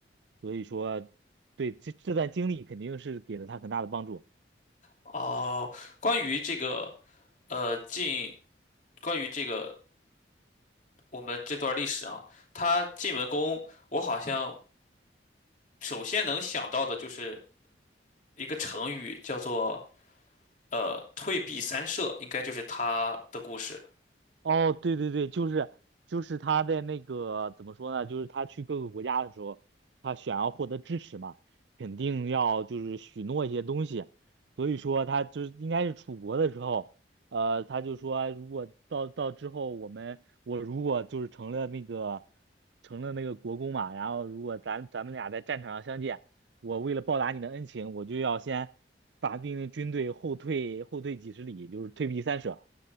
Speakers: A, on the right (about 70°); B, on the left (about 45°).
A: 所以说，对这这段经历肯定是给了他很大的帮助。
B: 哦，关于这个呃晋，关于这个我们这段历史啊，他晋文公，我好像。首先能想到的就是一个成语，叫做呃“退避三舍”，应该就是他的故事。
A: 哦，对对对，就是就是他在那个怎么说呢？就是他去各个国家的时候，他想要获得支持嘛，肯定要就是许诺一些东西。所以说他就是应该是楚国的时候，呃，他就说如果到到之后我们我如果就是成了那个成了那个国公嘛，然后如果咱咱们俩在战场上相见，我为了报答你的恩情，我就要先把命令军队后退后退几十里，就是退避三舍。